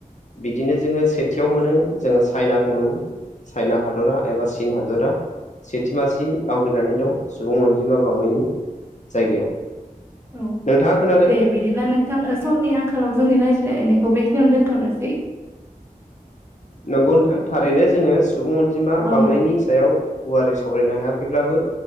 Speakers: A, on the left; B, on the right.
A: बिदिनो जोङो सेथियाव मोनो जोङो चाइनाखौ मोनो। चाइना हादरा एबा चिन हादोरा। सेथि मासि आवग्रिनानै दं सुबुं अनजिमा बांनायनि जायगायाव।
B: औ
A: नोंथाङा खोनादों
B: दे बिदिब्ला नोंथां ओ समनि आंखालाव जोंनि रायज्लायनायखौ बेखिनियावनो दोनथ'नोसै।
A: नंगौ नोंथां थारैनो जोङो सुबुं अनजिमा
B: औ
A: बांनायनि सायाव गुवारै सावरायनो हायाखैब्लाबो